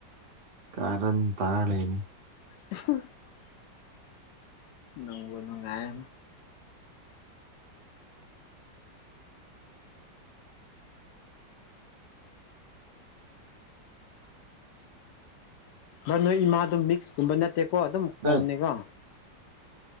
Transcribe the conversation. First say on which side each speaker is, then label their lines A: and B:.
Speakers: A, on the right (about 45°); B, on the left (about 70°).
A: ꯀꯔꯟ ꯇꯥꯔ ꯂꯩꯔꯥꯅꯤ
B: <inaudible> ꯅꯨꯡꯕꯨ ꯅꯨꯡꯉꯥꯏ ꯕꯥꯏ ꯅꯣꯏ ꯏꯃꯥꯗꯣ ꯃꯤ ꯀꯨꯝꯕ ꯅꯠꯇꯦꯀꯣ ꯑꯗꯨꯝ
A: ꯅꯪ
B: ꯀꯣꯝꯅꯤꯀꯣ